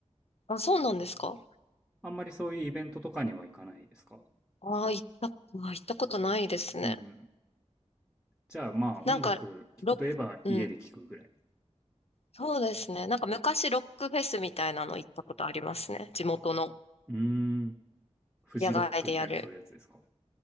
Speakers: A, on the left; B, in the centre.
A: あ、そうなんですか
B: あんまりそういうイベントとかには行かないですか
A: ああ行った、あー行ったことないですね。
B: うんうん。じゃあまあ音楽聞くといえば家で聞くぐらい。
A: なんか、ロック、うん、そうですね。なんか昔ロックフェスみたいなの行ったことありますね。地元の
B: うーん。フジロックみたいなそういうやつですか
A: 野外でやる。